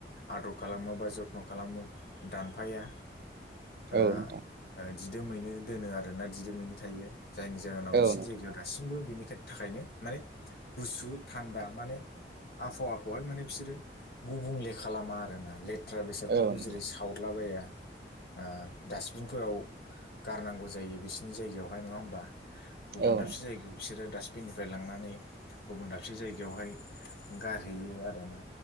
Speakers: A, on the left; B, on the right.
A: आदर खालामो बा जथ्न' खालामो दानफाया। ओ
B: औ नोंथां।
A: ओ दिदोमैनो दोनो आरोना दिदोमैनो थायो। जायनि जाहोनाव बिसिनि
B: नोंथां
A: जायगायाव दासिमबो बिनिखाय थाखायनो माने गुसु थान्दा माने आबहावाखौहाय मोने बिसोरो गुबुंले खालामा आरोना लेथ्रा बेसादफोरखौ
B: औ नोंथां
A: जेरै सावदलाबाया आ डासबिनफोराव गारनांगौ जायो बिसिनि जायगायावहाय नङा होमबा। गुबुन
B: औ
A: दाबसे
B: नोंथां
A: जायगायाव बिसोरो डास्बिननिफ्राय लांनानै गुबुन दाबसे जायगायावहाय गारहैयो आरोना।